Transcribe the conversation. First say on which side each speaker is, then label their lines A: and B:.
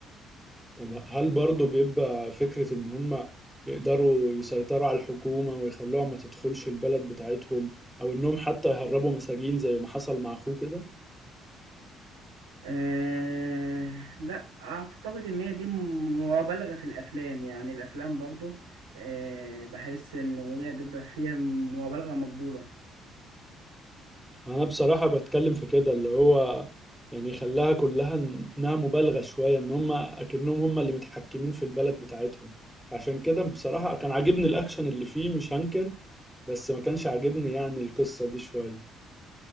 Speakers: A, in the centre; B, on the right (about 85°).
A: طب هل برضو بيبقى فكرة ان هم يقدروا يسيطروا على الحكومة ويخلوها ما تدخلش البلد بتاعتهم او انهم حتى يهربوا مساجين زي ما حصل مع اخوه كده؟
B: أه لا أعتقد إن هي دي م- مبالغة في الأفلام يعني الأفلام برضو أه بحس إن هي بيبقى فيها مبالغة مقبولة
A: انا بصراحة بتكلم في كده اللي هو يعني خلاها كلها انها مبالغة شوية ان هم اكنهم هم اللي متحكمين في البلد بتاعتهم عشان كده بصراحة كان عاجبني الاكشن اللي فيه مش هنكر بس ما كانش عاجبني يعني القصة دي شوية